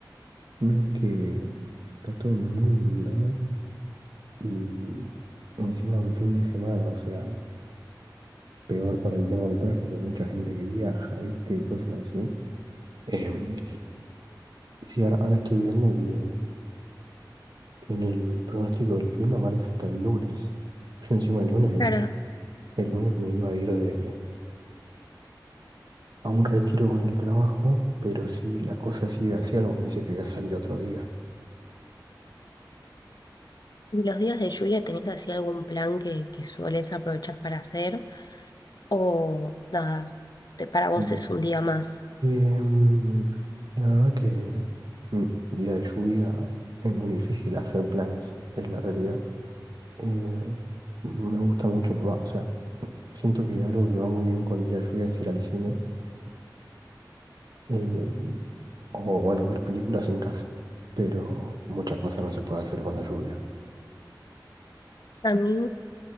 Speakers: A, on the right; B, on the left.
A: No es que está todo muy inundado y encima un fin de semana, o sea, peor para el tema del tráfico, hay mucha gente que viaja, ¿viste? Y cosas así. Em, y sí, ahora, ahora estoy viendo que que En el pronóstico del clima marca hasta el lunes. Yo encima el lunes me,
B: Claro.
A: el lunes me iba a ir de, a un retiro con el trabajo, pero si la cosa sigue así, algo me dice que voy a salir otro día.
B: ¿Y los días de lluvia tenés así algún plan que, que sueles aprovechar para hacer? ¿O nada, te- para vos
A: Mm.
B: es un día más?
A: Em, la verdad que mm, día de lluvia es muy difícil hacer planes, es la realidad. Eh, me gusta mucho, va, o sea, siento que algo que va muy bien con día de lluvia es ir al cine em, o bueno, ver películas en casa, pero muchas cosas no se puede hacer con la lluvia.
B: A mí